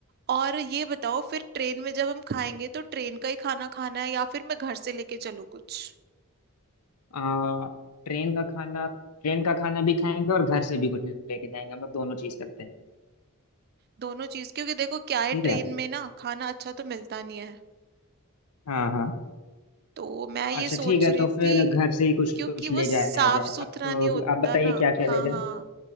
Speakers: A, on the right; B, on the left.
A: और ये बताओ फिर ट्रेन में जब हम खाएंगे तो ट्रेन का ही खाना खाना है या फिर मैं घर से लेके चलूँ कुछ
B: आ, ट्रेन का खाना ट्रेन का खाना भी खाएंगे और घर से भी कुछ लेके जाएंगे हम लोग दोनों चीज करते हैं
A: दोनों चीज क्योंकि देखो क्या है
B: ठीक
A: ट्रेन
B: है
A: में ना खाना अच्छा तो मिलता नहीं है
B: हाँ हाँ
A: तो मैं ये
B: अच्छा
A: सोच
B: ठीक है
A: रही
B: तो फिर
A: थी
B: घर से ही कुछ
A: क्योंकि
B: कुछ ले
A: वो साफ
B: जाया जाए
A: सुथरा
B: आप
A: नहीं होता
B: आप बताइए
A: ना
B: क्या क्या
A: हाँ
B: ले जाए
A: हाँ